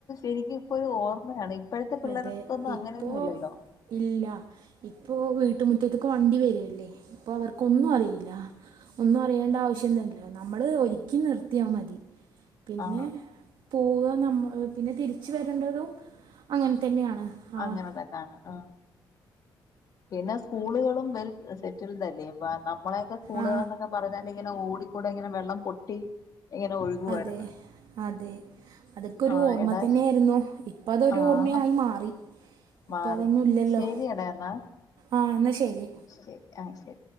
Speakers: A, on the left; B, on the right.
A: എനിക്ക് ഇപ്പോഴും ഓർമ്മയാണ് ഇപ്പോഴത്തെ പിള്ളേർക്കൊന്നും
B: അതെ
A: അങ്ങനെയൊന്നും
B: ഇപ്പോ
A: ഇല്ലല്ലോ
B: ഇല്ല ഇപ്പോ വീട്ടുമുറ്റത്തക്ക് വണ്ടി വരല്ലേ ഇപ്പൊ അവർക്കൊന്നും അറിയില്ല ഒന്നും അറിയേണ്ട ആവശ്യം ഒന്നുംഇല്ലാലോ നമ്മള് ഒരുക്കി നിർത്തിയാ മതി പിന്നെ
A: ആഹ്
B: പോവ നമ്മ പിന്നെ തിരിച്ച വരേണ്ടതും അങ്ങനെ തന്നെയാണ് ആഹ്
A: അങ്ങനെ തന്നാണ് ആഹ് പിന്നെ സ്കൂളുകളും വെൽ സെറ്റിൽഡല്ലെ നമ്മളൊക്കെ സ്കൂളുകളൾന്നൊക്കെ
B: ആ
A: പറഞ്ഞാൽ ഇങ്ങനെ ഓടിക്കൂടി ഇങ്ങനെ വെള്ളം പൊട്ടി ഇങ്ങനെ ഒഴുകുവായിരുന്നു
B: അതെ അതെ അതൊക്കെ ഒരു
A: ആഹ്
B: ഓർമ
A: എടാ
B: തന്നെയായിരുന്നു ഇപ്പ അതൊരു
A: ആഹ്
B: ഓർമ്മയായി മാറി ഇപ്പൊ
A: മാറി
B: അതൊന്നും ഇല്ലല്ലോ
A: ശരിയടാ എന്നാ
B: ആഹ് എന്നാ ശരി
A: ശരി ആഹ് ശരി